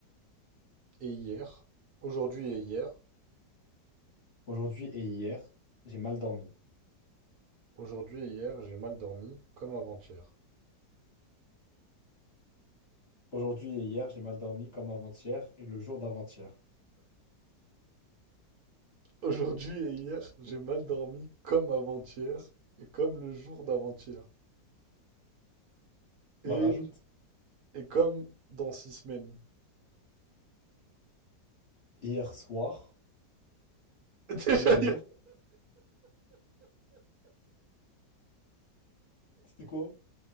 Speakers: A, on the right; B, on the left.
A: Et hier, aujourd'hui et hier,
B: aujourd'hui et hier, j'ai mal dormi.
A: aujourd'hui et hier, j'ai mal dormi comme avant-hier.
B: Aujourd'hui et hier, j'ai mal dormi comme avant-hier et le jour d'avant-hier.
A: Aujourd'hui et hier, j'ai mal dormi comme avant-hier et comme le jour d'avant-hier. Et,
B: Bah rajoute,
A: et comme dans six semaines.
B: hier soir,
A: <laughs> Déjà,
B: comme hier, c'était quoi?